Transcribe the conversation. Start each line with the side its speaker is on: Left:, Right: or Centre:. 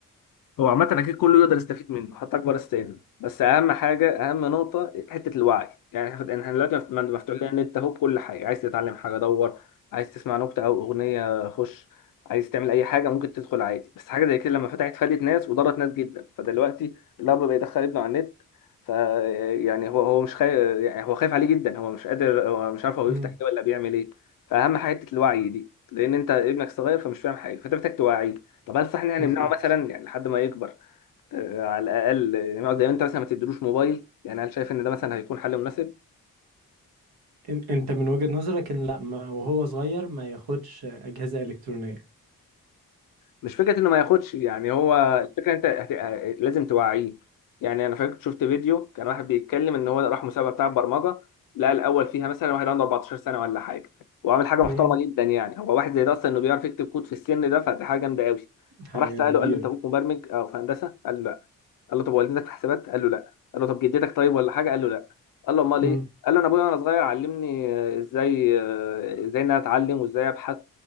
Left: هو عامة أكيد كله يقدر يستفيد منه حتى أكبر السن بس أهم حاجة أهم نقطة حتة الوعي يعني إحنا إحنا دلوقتي مفت- مفتوح لنا النت أهو بكل حاجة عايز تتعلم حاجة دور عايز تسمع نكتة أو أغنية خش عايز تعمل أي حاجة ممكن تدخل عادي بس حاجة زي كده لما فتحت فادت ناس وضرت ناس جدا فدلوقتي الأب بيدخل ابنه على النت ف يعني هو هو مش خايف يعني هو خايف عليه جدا هو مش قادر هو مش عارف هو بيفتح
Right: مم.
Left: إيه ولا بيعمل إيه فأهم حاجة حتة الوعي دي لأن أنت ابنك صغير فمش فاهم حاجة فأنت محتاج توعيه طب هل صح ان احنا
Right: بالظبط
Left: نمنعه مثلا يعني لحد ما يكبر آه، على الاقل آه، نقعد زي ما انت مثلا ما تديلوش موبايل يعني هل شايف ان ده مثلا هيكون حل مناسب
Right: إن- انت من وجهة نظرك ان لا ما وهو صغير ما ياخدش أجهزة إلكترونية
Left: مش فكره انه ما ياخدش يعني هو الفكره انت هت... آه، لازم توعيه يعني انا فاكر شفت فيديو كان واحد بيتكلم ان هو راح مسابقه بتاع برمجه لقى الاول فيها مثلا واحد عنده 14 سنه ولا حاجه وعامل حاجه محترمه
Right: امم
Left: جدا يعني هو واحد زي ده اصلا انه بيعرف يكتب كود في السن ده فدي حاجه جامده قوي
Right: حاجة
Left: فراح ساله
Right: كبيرة
Left: قال له انت ابوك مبرمج آه، او في هندسه قال له لا قال له طب والدتك في حسابات قال له لا قال له طب جدتك طيب ولا حاجه قال له لا قال له امال
Right: امم
Left: ايه قال له انا ابويا وانا صغير علمني آه، ازاي آه، ازاي ان انا اتعلم وازاي ابحث